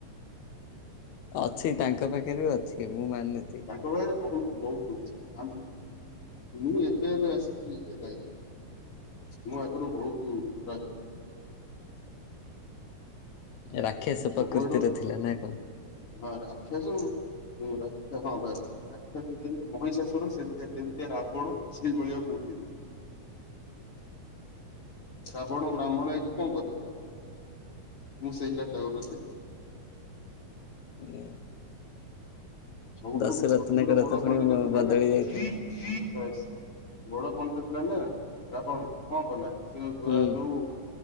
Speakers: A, on the left; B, on the left.
A: ଅଛି ତାଙ୍କ ପାଖରେ ବି ଅଛି ମୁଁ ମାନୁଚି।
B: ତାଙ୍କ ପାଖରେ ବହୁତ୍ ବହୁତ୍ ଅଛି। ଆମ୍ ମୁଁ ଏବେ ଏବେ ଆସିଚି ଏଇ ଲାଇନକୁ। ମୁଁ ଆଗରୁ ବହୁତ ଖରା
A: ରାକ୍ଷସ
B: ସବୁଆଡୁ
A: ପ୍ରକୃତି ର ଥିଲା ନା କଣ?
B: ହଁ ରାକ୍ଷାସ <unintelligible> ହଁ ବାସ୍। ରାକ୍ଷାସ ଯେମିତି ମହିଷାଶୁର ସେମିତିଆ ଯେମିତିଆ ରାବଣ ସେଇ ଭଳିଆ ମୁଁ ଥିଲି। ଶାବଣ ବ୍ରାହ୍ମଣ ହେଇକି କଣ କରୁଥିଲା ମୁଁ ସେଇ ଘାଟରେ ରୋସେଇଥିଲି
A: ଏ ଆ
B: ସବୁଠାରୁ
A: ଦଶରତ୍ନଙ୍କର
B: ପୃଥିବୀର ବଡ
A: ପୁଣି
B: ପଣ୍ଟ୍ ତ ଥିଲା
A: ବଦଳି
B: ନା
A: ଯାଇଥିଲେ
B: <unintelligible> ବଡ ପଣ୍ଡିତ ଥିଲା ନା ରାବଣ କଣ କଲା ସେ
A: ହୁଁ।
B: ପରା ଯଉ